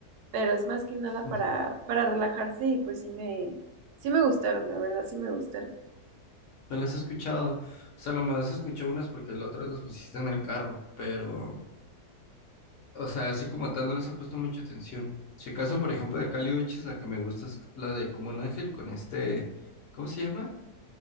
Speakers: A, on the right; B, on the left.
A: pero es más que nada
B: <laughs> no
A: para, para relajarse y pues sí me, sí me gustaron, la verdad sí me gustaron.
B: las he escuchado. O sea, nomás he escuchado unas porque la otra las pusiste en el carro, pero O sea, así como tal, no les he puesto mucha atención. Si acaso, por ejemplo, de Kali Uchis, la que me gusta es la de Como un Ángel con este. ¿Cómo se llama?